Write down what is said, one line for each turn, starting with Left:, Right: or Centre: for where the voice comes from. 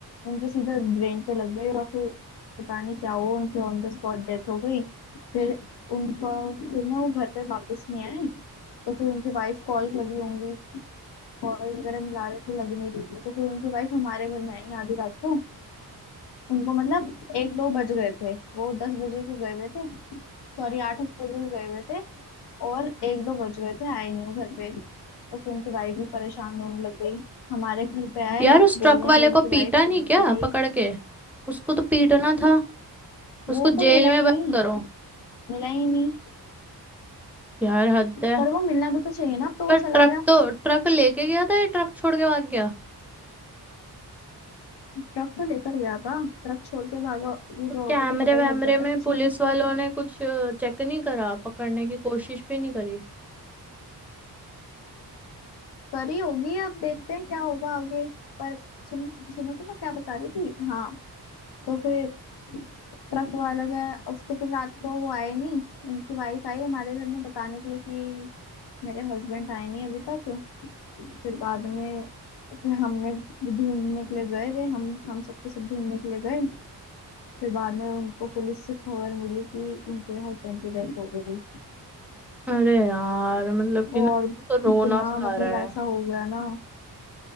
Left: उनके सीधा ब्रेन पे लग गई और फिर पता नहीं क्या हुआ उनकी ऑन द स्पॉट डेथ हो गई फिर उनका फिर ना वो घर पे वापस नहीं आए तो फिर उनकी वाइफ कॉल कर रही होंगी बॉल वगैरह मिला रहे थे लग नहीं रही थी तो फिर उनकी वाइफ हमारे घर में आई आधी रात को उनको मतलब एक दो बज गए थे वो दस बजे के गए हुए थे सॉरी आठ बजे के गए हुए थे और एक दो बज गए थे आए नहीं वो घर पे तो फिर उनकी वाइफ भी परेशान होने लग गई हमारे घर पे आए
Centre: यार उस ट्रक
Left: बोलने
Centre: वाले
Left: के लिए उनकी
Centre: को
Left: वाइफ
Centre: पीटा
Left: बोलने
Centre: नहीं क्या
Left: के लिए आई
Centre: पकड़ के उसको तो पीटना था उसको
Left: वो तो
Centre: जेल
Left: मिला
Centre: में
Left: ही
Centre: बंद
Left: नहीं
Centre: करो
Left: मिला ही नहीं
Centre: यार हद है
Left: पर वो मिलना भी तो चाहिए ना अब तो
Centre: पर
Left: वो
Centre: ट्रक
Left: चला गया
Centre: तो ट्रक लेके गया था या ट्रक छोड़ के भाग गया
Left: ट्रक तो लेकर गया था ट्रक छोड़ के भागा वो
Centre: तो
Left: होता
Centre: कैमरे
Left: तो पता
Centre: वैमरे
Left: ही लग जाता
Centre: में
Left: है कुछ
Centre: पुलिस
Left: ना कुछ
Centre: वालों
Left: तो
Centre: ने कुछ चेक नहीं करा पकड़ने की कोशिश भी नहीं करी
Left: करी होगी अब देखते हैं क्या होगा आगे पर सुन सुनो तो मैं क्या बता रही थी हाँ तो फिर ट्रक वाला गया अब तो फिर रात को वो आए नहीं उनकी वाइफ आई हमारे घर में बताने के लिए कि मेरे हस्बैंड आए नहीं अभी तक फिर बाद में फिर हमने ढूंढने के लिए गए वे हम हम सबको सब ढूंढने के लिए गए फिर बाद में उनको पुलिस से खबर मिली कि उनके हस्बैंड की डेथ हो गई
Centre: अरे यार मतलब कि
Left: और
Centre: ना वो तो रोना
Left: इतना
Centre: सा
Left: मतलब
Centre: आ रहा
Left: ऐसा
Centre: है
Left: हो गया ना